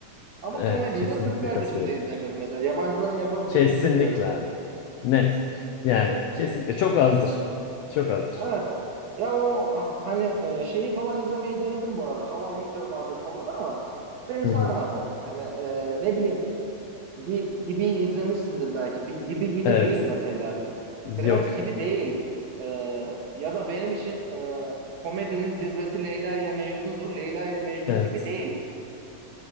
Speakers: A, on the right (about 60°); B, on the left (about 75°).
A: Ama
B: Evet
A: komediyi
B: kesinlikle
A: de Türkler
B: katılıyorum.
A: dışında izlemiyorum mesela. Yabancıların yapabildiğini
B: Kesinlikle
A: düşünmüyorum.
B: abi. Net. Yani kesinlikle çok azdır. Çok azdır.
A: Evet. Ya o hani e, şeyi falan izlemeyi denedim bu arada. How I Met Your Mother falan ama beni
B: Hı
A: sarmadı.
B: hı.
A: Hani e, ne bileyim bir gibi izlemişsindir belki. Bir gibi gibi
B: Evet.
A: değil mesela. Prens
B: Yok
A: gibi
B: ya.
A: değil. Ee, ya da benim için e, komedinin zirvesi Leyla ile Mecnun'dur. Leyla ile Mecnun
B: Evet.
A: gibi değil.